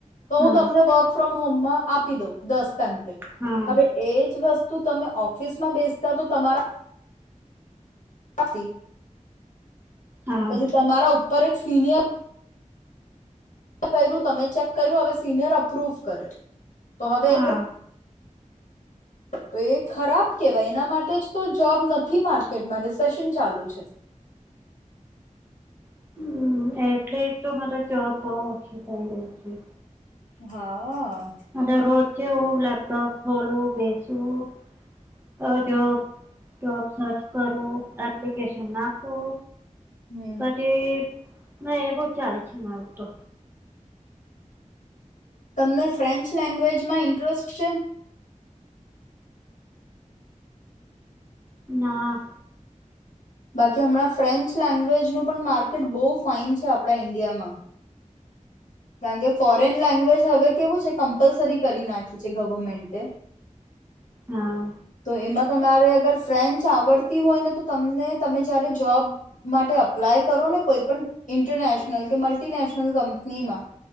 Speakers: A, on the left (about 85°); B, on the right (about 15°).
A: તો હું
B: હા
A: તમને વર્ક ફ્રોમ હોમમાં આપી દઉં દસ પેમ્પલેટ
B: હા
A: હવે એજ વસ્ તું તમે ઓફિસમાં બેસતા તો તમારા <inaudible>
B: હા
A: પછી તમારા ઉપર એક સિનિયર મે કર્યું તમે ચેક કર્યું હવે સિનિયર અપ્રૂવ કરે. તો હવે
B: હા
A: તો એ ખરાબ કહેવાય એના માટે જ તો જોબ નથી માર્કેટમાં રિસેેશન ચાલુ છે.
B: હમ એટલે એ તો મને જોબ બહુ ઓખી થઈ ગઈ તી
A: હા
B: <inaudible> રોજ જેવું લેપટોપ ખોલું બેસું અ જોબ જોબ સર્ચ કરું, એપ્લિકેશન નાખું
A: હમ.
B: પછી ના એ બહુ ચાલે છે મારું તો
A: તમને ફ્રેન્ચ લેંગ્વેજમાં ઇન્ટરેસ્ટ છે?
B: ના
A: બાકી હમણાં ફ્રેન્ચ લેંગ્વેજનું પણ માર્કેટ બહુ ફાાઈન છે આપણા ઈન્ડિયામાં કારણ કે ફોરેન લેંગ્વેજ હવે કેવું છે કમ્પલસરી કરી નાખી છે ગવર્મેન્ટે
B: હા
A: તો એમાં તમારે અગર ફ્રેન્ચ આવડતી હોય ને તો તમને તમે જયારે જોબ માટે અપ્લાય કરો ને કોઈ પણ ઇન્ટરનેશનલ કે મલ્ટીનેશનલ કંપનીમાં